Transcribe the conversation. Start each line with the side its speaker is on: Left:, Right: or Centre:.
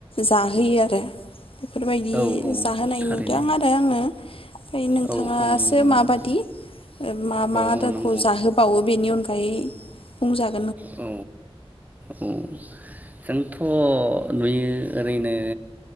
Left: जाहोयो दे बेफोरबायदि
Right: औ औ
Left: जाहोनाय
Right: थारैनो
Left: नुदों आरो आङो ओमफ्राय नोंथाङासो
Right: औ औ नंगौ नंगौ
Left: माबादि ओ मा
Right: औ
Left: मा
Right: औ
Left: दारखौ
Right: नंगौ
Left: जाहोबावो बेनि अनगा यै बुं जाग
Right: औ औ जोंथ' नुयो ओरैनो